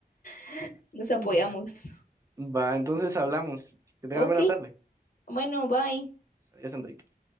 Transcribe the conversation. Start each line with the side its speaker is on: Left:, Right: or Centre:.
Left: <laughs> Nos
Right: Mm.
Left: apoyamos.
Right: <laughs> Va, entonces hablamos. Que tengas
Left: Ok,
Right: buena tarde.
Left: bueno, bye.
Right: Adiós, Andrés.